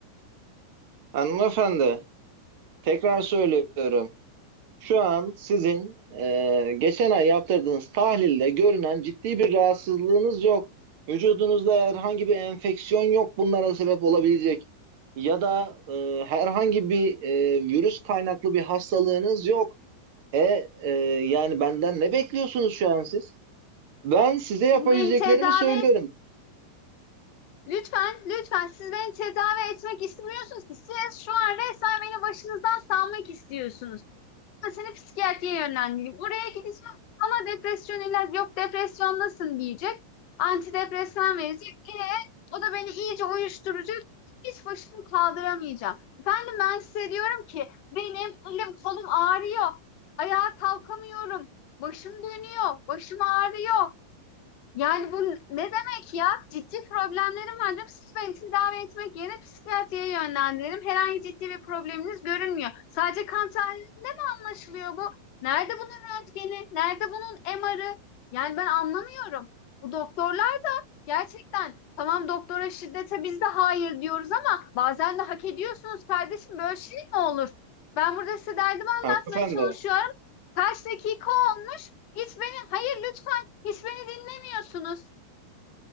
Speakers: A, on the right; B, on the left.
A: hanımefendi tekrar söylüyorum. Şu an sizin e, geçen ay yaptırdığınız tahlilde görünen ciddi bir rahatsızlığınız yok. Vücudunuzda herhangi bir enfeksiyon yok bunlara sebep olabilecek. Ya da e, herhangi bir e, virüs kaynaklı bir hastalığınız yok. E, e, yani benden ne bekliyorsunuz şu an siz? Ben size yapabileceklerimi
B: Beni tedavi
A: söylüyorum.
B: Lütfen, lütfen siz beni tedavi etmek istemiyorsunuz ki. Siz şu an resmen beni başınızdan salmak istiyorsunuz. Ben seni psikiyatriye yönlendireyim. Oraya gideceğim ama depresyon ilaç yok depresyondasın diyecek. Antidepresan verecek. E, o da beni iyice uyuşturacak. Hiç başımı kaldıramayacağım. Efendim ben size diyorum ki benim elim kolum ağrıyor. Ayağa kalkamıyorum. Başım dönüyor. Başım ağrıyor. Yani bu ne demek ya? Ciddi problemlerim var diyorum. Siz beni tedavi etmek yerine psikiyatriye yönlendirelim. Herhangi ciddi bir probleminiz görünmüyor. Sadece kan anlaşılıyor bu? Nerede bunun röntgeni? Nerede bunun MR'ı? Yani ben anlamıyorum. Bu doktorlar da gerçekten tamam doktora şiddete biz de hayır diyoruz ama bazen de hak ediyorsunuz kardeşim böyle şey mi olur? Ben burada size derdimi anlatmaya
A: Hanımefendi.
B: çalışıyorum. Kaç dakika olmuş? Hiç beni hayır lütfen hiç beni dinlemiyorsunuz.